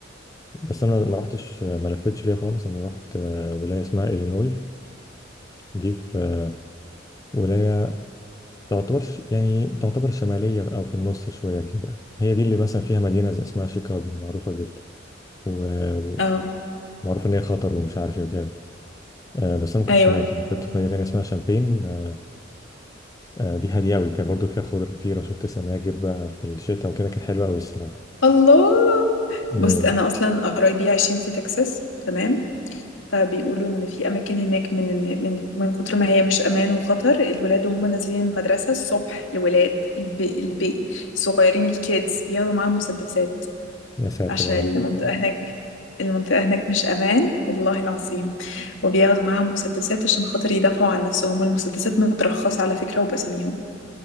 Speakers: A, on the left; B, on the left.
A: بس انا ما رحتش ما لفتش فيها خالص انا رحت آه، ولايه اسمها الينوي دي في آه، ولايه تعتبر ش- يعني تعتبر شماليه او في النص شويه كده هي دي اللي مثلا فيها مدينه زي- اسمها شيكاغو معروفه جدا و-
B: اه
A: ومعروف ان هي خطر ومش عارف ايه وكده آه بس انا ما
B: ايوه
A: كنتش هناك يعني كنت في مدينه تانية اسمها شامبين آه آه، دي هاديه قوي كان برضو فيها خضره كتير وشفت سناجب بقى في الشتاء وكده كانت حلوه قوي الصراحه
B: الله
A: امم
B: بص انا اصلا قرايبي عايشين في تكساس تمام فبيقولوا ان في اماكن هناك من من من كتر ما هي مش امان وخطر الولاد وهم نازلين المدرسه الصبح الولاد الب... الب... الصغيرين الكيدز بياخدوا معاهم مسدسات
A: يا ساتر
B: عشان
A: يا رب
B: المنطقه هناك المنطقه هناك مش امان والله العظيم وبياخدوا معاهم مسدسات عشان خاطر يدافعوا عن نفسهم والمسدسات مترخصه على فكره وباساميهم